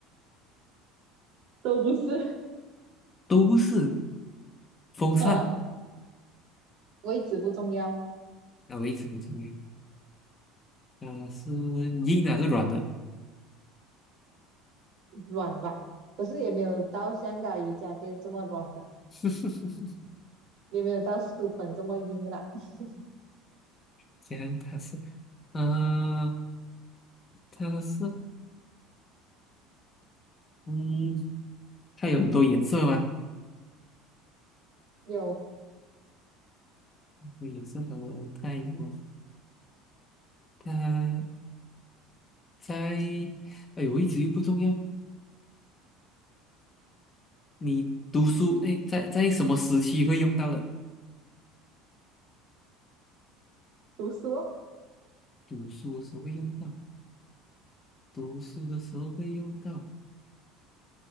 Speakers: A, on the right; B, on the left.
A: 都不是，
B: 都不是，风扇，
A: 呃，位置不重要，
B: 啊，我一直不重要。它是硬的还是软的？
A: 软吧，可是也没有到香港瑜伽垫这么软了，
B: <laughs>
A: 也没有到书本这么硬了。<laughs>
B: 讲它是，呃，它是，嗯，它有很多颜色吗？
A: 有
B: 有颜色和它有它在，哎呦，位置又不重要。你读书，哎，在在什么时期会用到的？
A: 读书哦
B: 读书的时候会用到，读书的时候会用到，